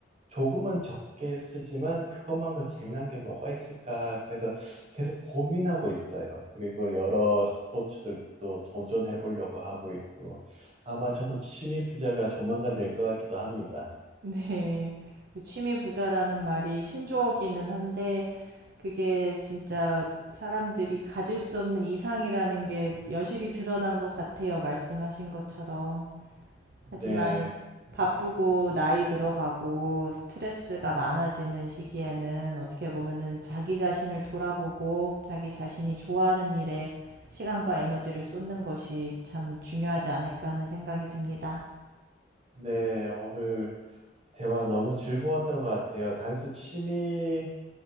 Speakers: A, on the right (about 35°); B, on the right (about 55°).
A: 조금은 적게 쓰지만 그것만큼 재미난 게 뭐가 있을까, 그래서 계속 고민하고 있어요. 그리고 여러 스포츠들도 도전해 보려고 하고 있고, 아마 저도 취미 부자가 조만간 될 것 같기도 합니다.
B: 네. 그 취미 부자라는 말이 신조어기는 한데 그게 진짜 사람들이 가질 수 없는 이상이라는 게 여실히 드러난 것 같아요. 말씀하신 것처럼.
A: 네,
B: 하지만 음, 바쁘고 나이 들어가고 스트레스가 많아지는 시기에는 어떻게 보면은 자기 자신을 돌아보고 자기 자신이 좋아하는 일에 시간과 에너지를 쏟는 것이 참 중요하지 않을까 하는 생각이 듭니다.
A: 네, 오늘 대화 너무 즐거웠던 것 같아요. 단순 취미에